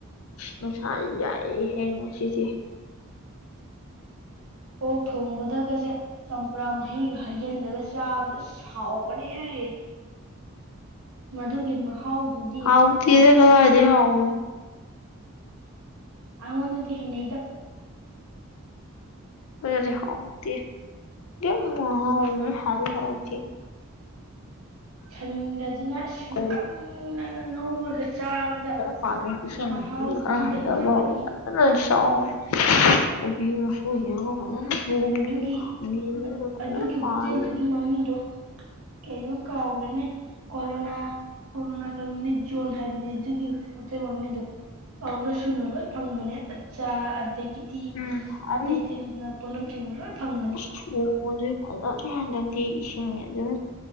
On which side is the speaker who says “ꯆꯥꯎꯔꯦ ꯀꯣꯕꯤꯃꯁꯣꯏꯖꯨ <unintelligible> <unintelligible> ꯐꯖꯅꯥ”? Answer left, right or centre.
Left